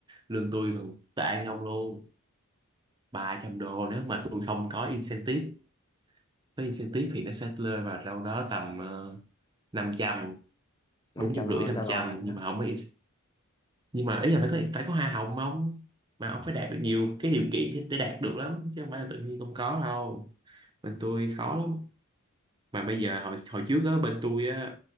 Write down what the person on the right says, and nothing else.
lương tôi còn tệ hơn ông luôn ba trăm đô nếu mà tôi không có incentive có incentive thì nó sẽ rơi vào đâu đó tầm uh, năm trăm
bốn
trăm
rưỡi
năm
trăm
nhưng
mà không có in- nhưng mà ý là phải có phải có hoa hồng không mà
ông phải đạt được nhiều cái điều kiện để để đạt được lắm chứ không phải là tự nhiên không có đâu bên tôi khó lắm mà bây giờ hồi hồi trước á bên tôi á